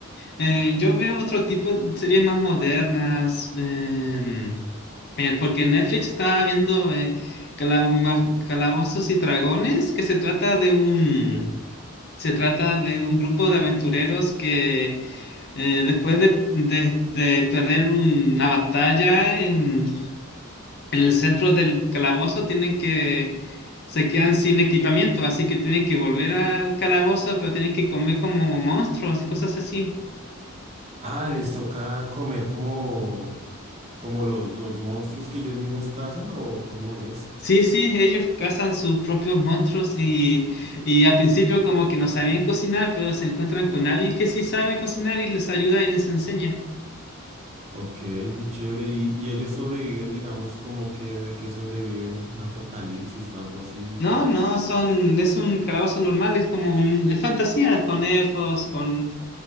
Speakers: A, on the left; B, on the right.
A: eh, yo veo otro tipo de series más modernas. em, eh, porque Netflix estaba viendo eh, Calama- Calabozos y Dragones, que se trata de un Se trata de un grupo de aventureros que eh, después de, de- de perder una batalla en, en el centro del calabozo tienen que se quedan sin equipamiento, así que tienen que volver al calabozo, pero tienen que comer como monstruos y cosas así.
B: Ah, ¿les toca comer como, como los, los monstruos que ellos mismos cazan o cómo es?
A: Sí, sí, ellos cazan sus propios monstruos y, y al principio como que no sabían cocinar, pero se encuentran con alguien que sí sabe cocinar y les ayuda y les enseña.
B: Ok, qué chévere. Y, y ellos sobreviven, digamos, como que de que sobreviven un apocalipsis o algo así.
A: No, no, son, es un calabozo normal, es como un, es fantasía, con elfos, con,